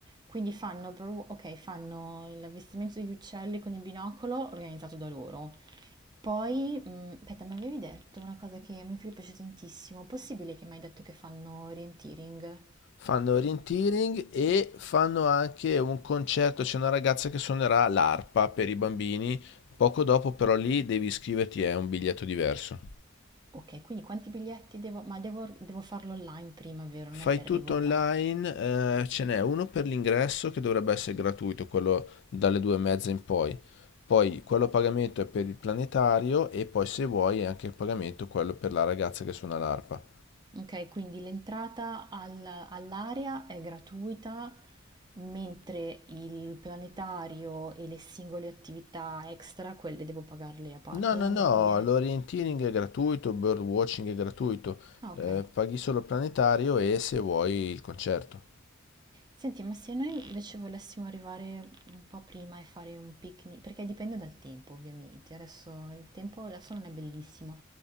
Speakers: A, on the right; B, on the left.
A: Quindi fanno, per- ok, fanno l'avvistamento degli uccelli con il binocolo organizzato da loro. Poi, mh, aspetta, mi avevi detto una cosa che a mio figlio piace tantissimo. Possibile che mi hai detto che fanno orienteering?
B: Fanno orienteering e fanno anche un concerto. C'è una ragazza che suonerà l'arpa per i bambini. Poco dopo, però, lì devi iscriverti, è un biglietto diverso.
A: Ok, quindi quanti biglietti devo... Ma devo, devo farlo online prima, vero? Non
B: Fai
A: è che arrivo
B: tutto online,
A: qua.
B: eh, ce n'è uno per l'ingresso che dovrebbe essere gratuito, quello dalle due e mezza in poi. Poi quello a pagamento è per il planetario e poi se vuoi è anche il pagamento quello per la ragazza che suona l'arpa.
A: Okay, quindi l'entrata al all'area è gratuita, mentre il planetario e le singole attività extra, quelle devo pagarle a par
B: No,
A: allora
B: no, no,
A: mi conviene
B: l'orienteering è gratuito, il birdwatching è gratuito,
A: ah okay.
B: eh, paghi solo il planetario e se vuoi il concerto.
A: Senti, ma se noi invece volessimo arrivare un po' prima e fare un picni perché dipende dal tempo ovviamente, adesso il tempo adesso non è bellissimo,